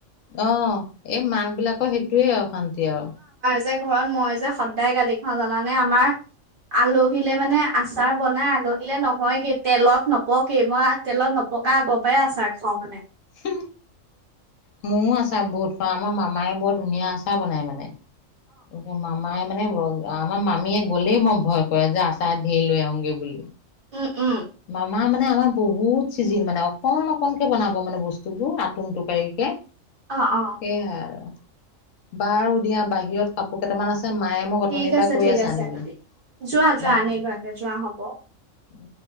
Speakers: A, on the left; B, on the right.
A: অ', এই মাক বিলাকৰ সেইটোয়ে অ', শান্তি আৰু
B: যে ঘৰত মই যে সদায় গালি খাওঁ জানানে আমাৰ আলহীলৈ মানে আচাৰ বনাই আলহীলৈ নহয়গে তেলত নপকে মই তেলত নপকা আগৰ পৰাই আচাৰ খাওঁ মানে।
A: হম্', মোৰো আচাৰ বহুত খাওঁ। আমাৰ মামায় বৰ ধুনীয়া আচাৰ বনাই মানে। অ ', মোৰ মামায় মানে মানে আমাৰ মামীয়ে গলেই মই ভয় কৰে যে আচাৰ ঢেৰ লৈ আহোগে বুলি।
B: উম উম
A: মামা আমাৰ মানে আমাৰ বহুত চিজিল মানে অকনণ অকনকে বনাব মানে বস্তু বোৰ আটুং টোকাৰি কে।
B: অ অ
A: সেই আৰু বাৰু দিয়া বাহিৰত কাপোৰ কেইটামান আছে। মায়ে মোক অথনিৰ
B: ঠিক
A: পৰা
B: আছে-
A: কৈ
B: ঠিক আছে
A: আনিবলৈ।
B: যোৱা যোৱা
A: উম,
B: আনি
A: উম,
B: লোৱাগে যোৱা হ'ব।
A: উম।